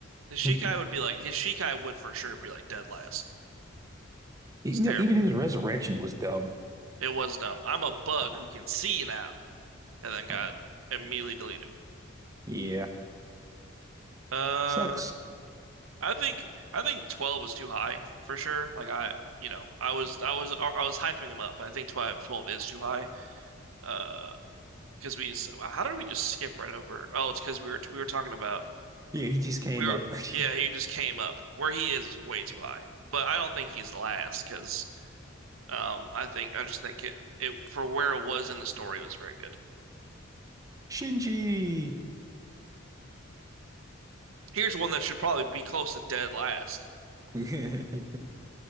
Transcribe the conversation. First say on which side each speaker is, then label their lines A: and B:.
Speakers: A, on the right (about 75°); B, on the right (about 15°).
A: His Shikai
B: <laughs>
A: would be like his Shikai would for sure be like dead last.
B: You
A: It's
B: know,
A: terrible.
B: even his resurrection was dumb.
A: It was dumb. I'm a bug
B: Uh,
A: who can see now, and then got
B: uh,
A: immediately deleted.
B: yeah,
A: Uh,
B: sucks. <laughs>
A: I think I think 12 was too high for sure. Like I, you know, I was I was I was hyping him up, but I think twelve twelve is too high. Uh, because we so how did we just skip right over? Oh, it's because we were we were talking about
B: Yeah, he just came
A: we were
B: up. <laughs> Sh-
A: yeah he just came up where he is is way too high. But I don't think he's last because um I think I just think it it for where it was in the story it was very good.
B: Shinji.
A: Here's one that should probably be close to dead last.
B: <laughs> Mm,